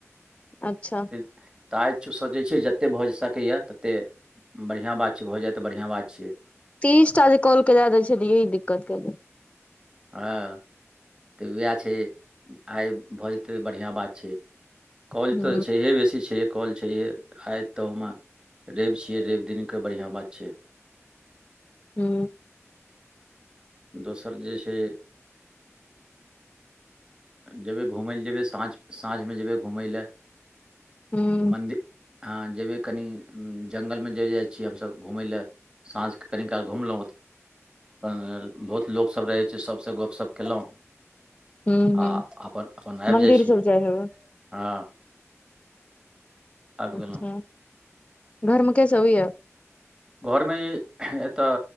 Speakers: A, on the left (about 25°); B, on the right (about 20°).
A: अच्छा।
B: ते आइ सोचने छियै जतेक भऽ सकैए ततेक। बढ़िआँ बात छै भऽ जाय तऽ बढ़िआँ बात छियै।
A: तीसटा जे कॉलके ले दै छलिए ओहे दिककत छै।
B: हँ तऽ उएह छै आइ भऽ जेतै तऽ बढ़िआँ बात छै। कॉल
A: हूँ
B: तऽ छैहे बेसी छै। कॉल छैे आत तऽ हमे रवि छियै रवि दिनके बढ़िआँ बात छियै।
A: हू।
B: दोसर जे छै। जेबै घुमय लए जेबै साँझ साँझमे जेबै घुमय लए।
A: हूँ
B: मन्दिर हँ जेयबै कनि जङ्गलमे जे जाइ छियै हमसभ घूमय लेए। साँझ क कनि काल घुमलहुँ। अपन बहुत लोकसब रहै छै सबसँ अपन गपशप कलहुँ।
A: हूँ हूँ
B: आ अपन अपन आबि
A: मंदिर
B: जाइ छी
A: सब हेबै
B: हँ। आबि गेलहुँ
A: अच्छा घरमे के सब य।
B: घरमे एतऽ।